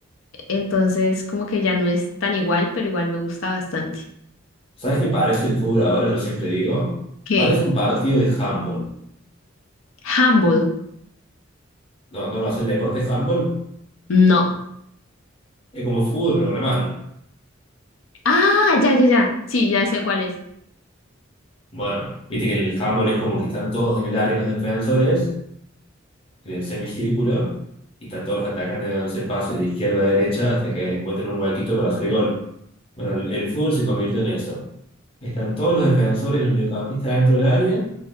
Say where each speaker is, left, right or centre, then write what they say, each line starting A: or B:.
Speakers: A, on the left (about 80°); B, on the left (about 30°).
A: Entonces, como que ya no es tan igual, pero igual me gusta bastante.
B: ¿Sabes qué parece el fútbol ahora? Yo siempre digo,
A: ¿Qué?
B: parece un partido de handball.
A: Humble.
B: No, no, no es el deporte de handball,
A: No.
B: es como fútbol, pero con la mano.
A: Ah, ya, ya, ya. Sí, ya sé cuál es.
B: Bueno, viste que en el handball es como que están todos en el área los defensores en el semicírculo y están todos los atacantes dándose pases de izquierda a derecha hasta que encuentren un huequito para hacer gol. Bueno, el, el fútbol se convirtió en eso. Están todos los defensores y los mediocampistas dentro del área